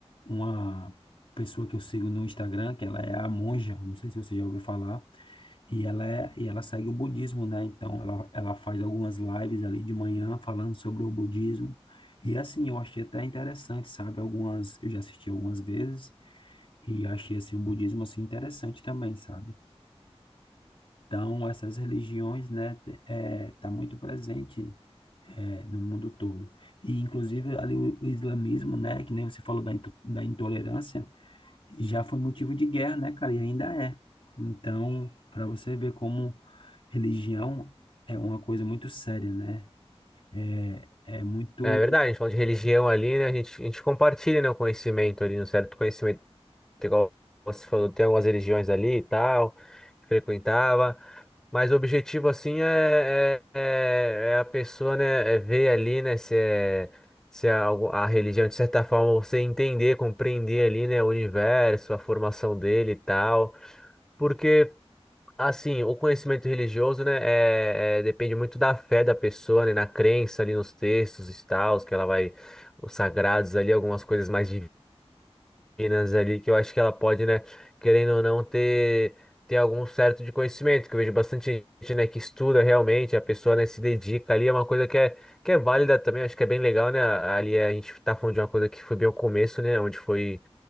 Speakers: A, on the left; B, in the centre.
A: uma pessoa que eu sigo no Instagram, que ela é a monja, não sei se você já ouviu falar, e ela é, e ela segue o budismo, né? Então ela, ela faz algumas lives ali de manhã falando sobre o budismo. E assim, eu achei até interessante, sabe? Algumas, eu já assisti algumas vezes e achei assim o budismo assim interessante também, sabe? Então essas religiões, né, te- é, tá muito presente é, no mundo todo. E inclusive ali o, o islamismo, né, que nem você falou da, into- da intolerância, já foi motivo de guerra, né, cara? E ainda é. Então, para você ver como religião é uma coisa muito séria, né? É, é muito.
B: É verdade, a gente falando de religião ali, né? A gente, a gente compartilha, né, o conhecimento ali, um certo conhecimento, igual você falou, tem algumas religiões ali e tal, que frequentava. Mas o objetivo, assim, é, é, é- é a pessoa, né, é ver ali, né, se é, se é algo, a religião, de certa forma, você entender, compreender ali, né, o universo, a formação dele e tal. porque Assim, o conhecimento religioso, né, é, é- depende muito da fé da pessoa, né, na crença ali nos textos e tal que ela vai, os sagrados ali, algumas coisas mais meninas ali, que eu acho que ela pode, né, querendo ou não, ter, ter algum certo de conhecimento, que eu vejo bastante gente, né, que estuda realmente, a pessoa, né, se dedica ali, é uma coisa que é, que é válida também, acho que é bem legal, né, ali a gente tá falando de uma coisa que foi bem o começo, né, onde foi